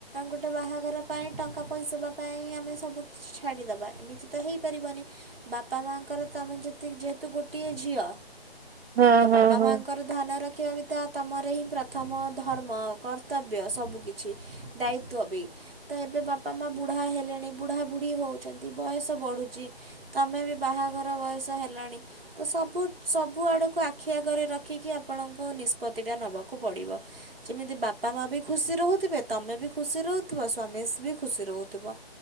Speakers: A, on the right; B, on the right.
A: ଗୋଟେ ବାହାଘର ପାଇଁ ଟଙ୍କା ପଇସା ଦେବା ପାଇଁ ଆମେ ସବୁ କିଛି ଛାଡିଦ ବା ଏମିତି ତ ହେଇପାରିବନି ବାପା ମାଙ୍କର ତ ଆମେ ଯେତିକି ଯେହେତୁ ଗୋଟିଏ ଝିଅ।
B: ହଁ
A: ତ
B: ହଁ
A: ବାପା
B: ହଁ।
A: ମାଙ୍କର ଧ୍ୟାନ ରଖିବା ବି ତ ତମର ହିଁ ପ୍ରଥମ ଧର୍ମ କର ର୍ତ୍ତବ୍ୟ ସବୁ କିିଛି ଦାୟିତ୍ଵ ବି ତ ଏବେ ବାପା ମା ବୁଢା ହେଲେଣି ବୁଢା ବୁଢୀ ହୋ ହଉଚନ୍ତି ବୟସ ବଢୁଛି ତମେ ବି ବାହାଘର ବୟସ ହେଲଣି ତ ସବୁ ସ ବୁ ଆଡକୁ ଆଖି ଆଗରେ ରଖିକି ଆପଣଙ୍କୁ ନିଷ୍ପତି ଟା ନବାକୁ ପଡିବ ଯେମିତି ବାପ୍ ପା ମା ବି ଖୁସି ରହୁଥିବେ ତମେ ବି ଖୁସି ରହୁଥୁବ ସ୍ୱାମୀ ବି ଖୁସି ରହୁଥୁବ